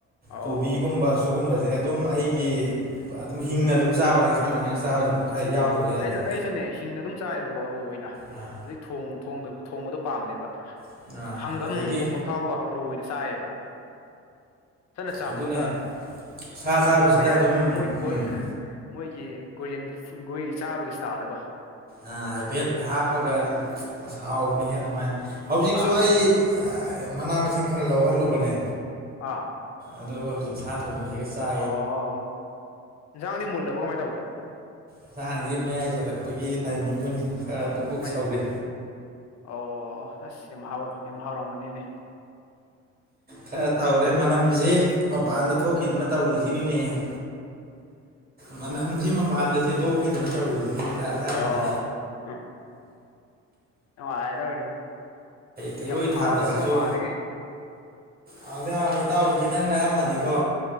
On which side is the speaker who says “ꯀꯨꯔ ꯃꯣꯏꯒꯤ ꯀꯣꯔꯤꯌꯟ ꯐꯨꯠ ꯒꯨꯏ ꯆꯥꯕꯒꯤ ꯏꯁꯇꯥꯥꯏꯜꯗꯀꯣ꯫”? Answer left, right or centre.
Left